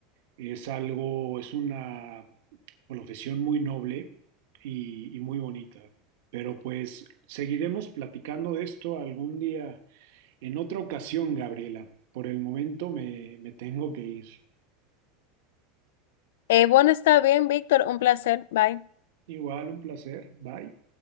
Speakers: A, on the right; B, on the left.
A: Es algo, es una profesión muy noble y, y muy bonita. Pero pues seguiremos platicando de esto algún día, en otra ocasión, Gabriela. Por el momento me, me tengo que ir.
B: Eh, bueno, está bien, Víctor, un placer. Bye.
A: Igual, un placer. Bye.